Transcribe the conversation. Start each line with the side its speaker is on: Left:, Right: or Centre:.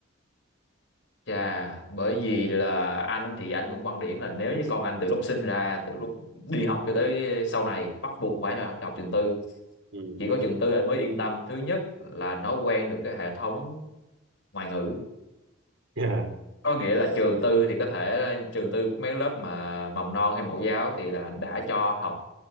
Left: Chà, bởi vì là anh thì anh vẫn quan điểm là nếu như con anh từ lúc sinh ra, từ lúc đi học cho tới sau này bắt buộc phải cho, cho học trường tư.
Right: ừ
Left: Chỉ có trường tư anh mới yên tâm. Thứ nhất là nó quen được cái hệ thống ngoại ngữ.
Right: <laughs> yeah
Left: Có nghĩa là trường tư thì có thể trường tư mấy lớp mà mầm non hay mẫu giáo thì là đã cho học